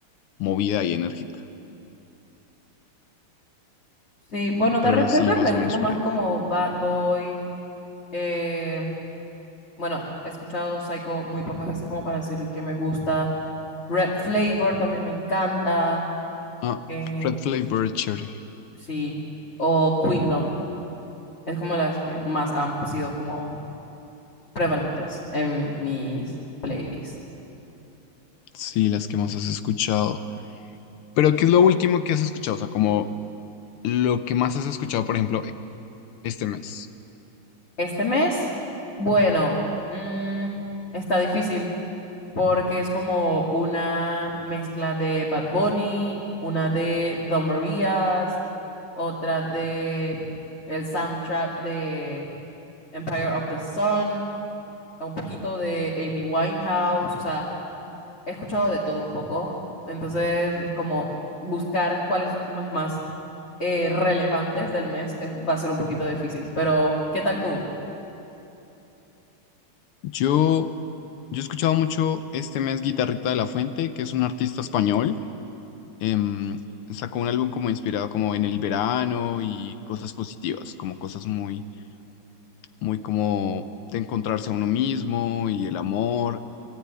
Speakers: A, on the left; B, on the left.
A: movida y enérgica.
B: Sí, bueno, de
A: Pero
B: Red Velvet
A: sí, más
B: me gusta
A: o menos
B: más
A: por ahí.
B: como Bad Boy. eh, Bueno, he escuchado Psycho muy pocas veces como para decir que me gusta. Red Flavor también me encanta.
A: Ah,
B: eh,
A: Red Flavor, chévere.
B: sí. O Queendom. Es como las que más han sido como prevalentes en mis playlists.
A: Sí, las que más has escuchado. Pero, ¿qué es lo último que has escuchado? O sea, como lo que más has escuchado, por ejemplo, este mes.
B: Este mes, bueno, mm, está difícil porque es como una mezcla de Bad Bunny, una de Don Marías, otra de el soundtrack de Empire of the Sun, un poquito de Amy Winehouse, o sea, he escuchado de todo un poco, entonces es como buscar cuáles son como las más eh, relevantes del mes, eh, va a ser un poquito difícil, pero ¿qué tal tú?
A: Yo, yo he escuchado mucho este mes Guitarrita de la Fuente, que es un artista español em, sacó un álbum como inspirado como en el verano y cosas positivas, como cosas muy, muy como de encontrarse a uno mismo y el amor.